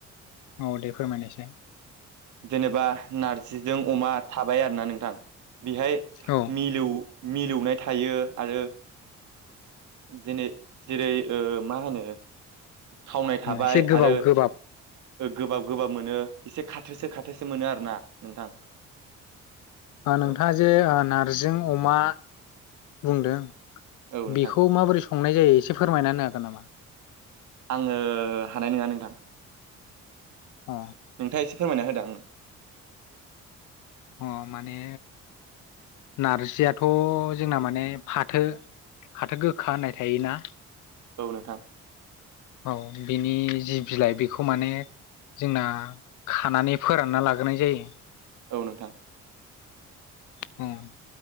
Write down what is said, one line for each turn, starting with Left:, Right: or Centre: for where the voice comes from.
Left: औ दे फोरमायनायसाय
Right: जेनेबा नारजिजों अमा थाबाय आरोना नोंथां। बेहाय
Left: औ
Right: मिलौ मिलौनाय थायो आरो। जेने जेरै ओ मा होनो थावनाय थाबाय
Left: एसे गोबाब
Right: आरो
Left: गोबाब
Right: गोबाब गोबाब मोनो एसे खाथोसो खाथोसो मोनो आरो ना नोंथां।
Left: नोंथाङा
Right: औ
Left: जे नारजिजों अमा बुंदों
Right: औ नोंथां
Left: बेखौ माबोरै संनाय जायो एसे फोरमायना होनो हागोन नामा?
Right: आङो हानाय नङा नोंथां
Left: अ
Right: नोंथाङा एसे फोरमायना होदों। उम
Left: अ माने नारजियाथ' जोंना माने फाथो फाथो गोखा होननाय थायोना
Right: औ नोंथां।
Left: औ बिनि जि बिलाइ बेखौ माने जोंना खानानै फोरानना लाग्रोनाय जायो।
Right: औ नोंथां
Left: उम